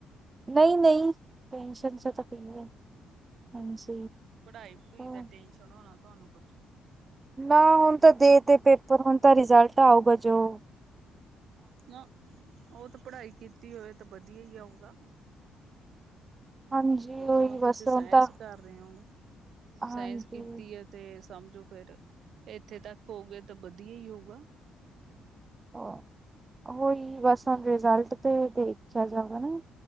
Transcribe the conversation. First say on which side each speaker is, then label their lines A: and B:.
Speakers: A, on the right; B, on the right.
A: ਨਹੀਂ, ਨਹੀਂ। ਟੈਂਸ਼ਨ ਚ ਤ ਪਈ ਹੈ। ਹਾਂਜੀ।
B: ਪੜ੍ਹਾਈ ਪੜੁਈ
A: ਹਾਂ।
B: ਦਾ ਟੈਨਸ਼ਨ ਹੋਣਾ। ਧੂਆਨੁ ਕੁੱਛ।
A: ਨਾ ਹੁਣ ਤਾਂ ਦੇ ਤੇ ਪੇਪਰ ਹੁਣ ਤਾਂ ਰਿਜਲਟ ਆਊਗਾ। ਜੋਓ
B: ਨਾ ਉਹ ਤਾਂ ਪੜ੍ਹਾਈ ਕੀਤੀ ਹੋਵੇ ਤਾਂ ਵਧੀਆ ਹੀ ਆਊਗਾ।
A: ਹਾਂਜੀ
B: ਜਦੋਂ
A: ਉਹੀ
B: ਤੁਸੀਂ
A: ਬਸ
B: ਸਾਇੰਸ
A: ਹੁਣ ਤਾਂ
B: ਕਰ ਰਹੇ ਹੋ, ਸਾਇੰਸ
A: ਹਾਂਜੀ
B: ਕੀਤੀ ਹੈ ਤੇ ਸਮਝੋ ਫਿਰ, ਇੱਥੇ ਤੱਕ ਹੋਗੇ ਤਾਂ ਵਧੀਆ ਹੀ ਹੋਗਾ।
A: ਹਾਂ ਉਹੀ ਬੱਸ ਹੁਣ ਰਿਜ਼ਲਟ ਤੇ ਦੇਖਿਆ ਜਾਗਾ ਨਾ।